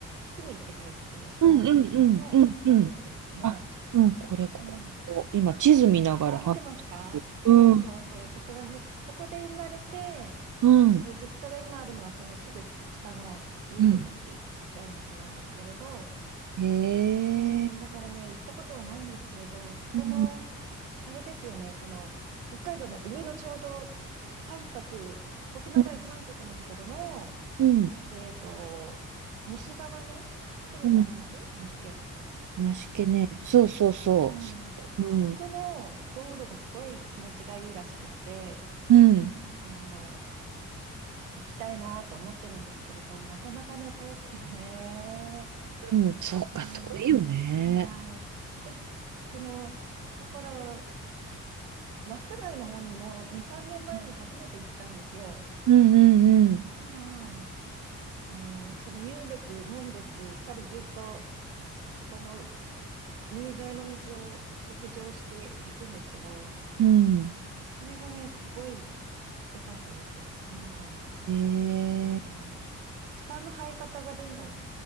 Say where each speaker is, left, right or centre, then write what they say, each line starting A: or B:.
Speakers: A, on the right; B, on the right.
A: 組って書いて、紋の紋別ですね。
B: うんうんうんうんうん。あ、うん、これ、ここ、
A: うん
B: ここ。今、地図見ながら話して。
A: あ、見てますかそうそうそう、
B: うん、
A: そこらへん、そこで生まれて、
B: うん、
A: えっと、実家が今あるのはそのすぐ下の湧別っていうちっちゃい町なんですけれど、
B: うん。へえ。
A: うん、だからね、行ったことはないんですけれど、そこの、
B: うん、
A: あれですよね、この北海道の上のちょうど三角、細長い三角のところの、
B: うん、うん、
A: えっと、西側のところにあります増毛。
B: うん。梨系ね。
A: はい
B: そうそうそう。
A: うん、
B: そう、
A: うんそこの道路がすごい気持ちがいいらしくって、
B: うん、うん、
A: あの、行きたいなと思ってるんですけれど、なかなかね、遠くてね。
B: うん。そうか、
A: うん。
B: 遠いよね。
A: はい。私、その、だから、稚内の方にも2、3年前に初めて行ったんですよ。
B: うん、うん、
A: たら、あの、その湧別、門別からずっと、そこの海沿いの道を北上していくんですけど、
B: うん、うん。
A: これがね、すごい良かったです。なんか、
B: へ
A: あのね、
B: え。
A: 草の生え方がどんどん